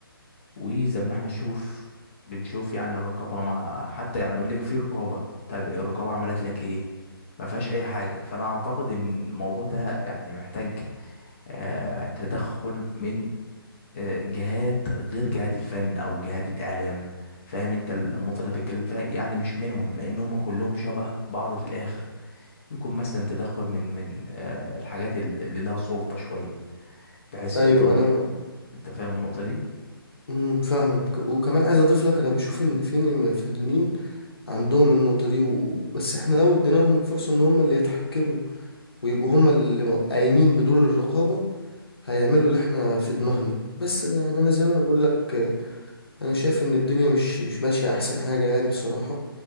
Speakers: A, on the left; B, on the left.
A: وزي ما احنا نشوف بنشوف يعني الرقابة مع حتى يعني يقول لك في رقابة طيب الرقابة عملت لك ايه ما فيهاش اي حاجة فانا اعتقد ان الموضوع ده يعني محتاج آه تدخل من آه، جهات غير جهات الفن او جهات الاعلام فاهم انت النقطه اللي انا بتكلم فيها يعني مش منهم لان هم كلهم شبه بعض في الاخر يكون مثلا تدخل من من آه، الحاجات ال- اللي لها سلطه شويه بحيث
B: ايوه
A: يقدروا
B: انا
A: ي- انت فاهم النقطه دي
B: مم، فاهمك وكمان عايز اضيف لك انا بشوف ان في من الفنانين عندهم النقطه دي و... بس احنا لو اديناهم الفرصه ان هم اللي يتحكموا ويبقوا هما اللي قايمين بدور الرقابة هيعملوا اللي احنا في دماغنا بس يعني انا زي ما انا بقول لك انا شايف ان الدنيا مش مش ماشية احسن حاجة يعني بصراحة